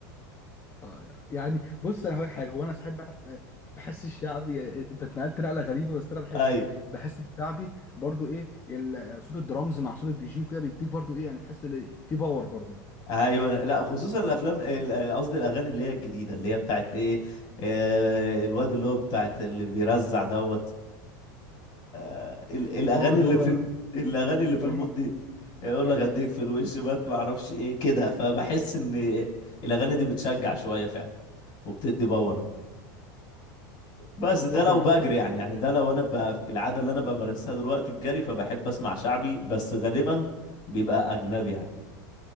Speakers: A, on the left; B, on the left.
A: اه يعني بص انا هقول لك حاجه هو انا صاحب بحس الشعبي انت اتنقلت نقله غريبه بس انا بحس
B: ايوه
A: بحس الشعبي برضو ايه ال- صوت الدرامز مع صوت الدي جي وكده بيديك برضو ايه يعني تحس إن في باور برضو
B: ايوه أنا- لا خصوصا الافلام ال- قصدي الاغاني اللي هي الجديده اللي هي بتاعت ايه آه الواد اللي هو بتاعت اللي بيرزع دوت آه ال- الاغاني
A: اه اللي
B: اللي
A: هو
B: في الم... الاغاني اللي
A: بصراحه
B: في المود دي يقول
A: آه،
B: لك
A: آه،
B: اديك في
A: آه،
B: الوش ما ما اعرفش ايه كده فبحس ان الاغاني دي بتشجع شويه فعلا وبتدي باور بس
A: بالظبط
B: ده لو
A: انا
B: بجري
A: معاك
B: يعني يعني ده لو انا بقى العاده اللي انا بمارسها دلوقتي الجري فبحب اسمع شعبي بس غالبا بيبقى اجنبي يعني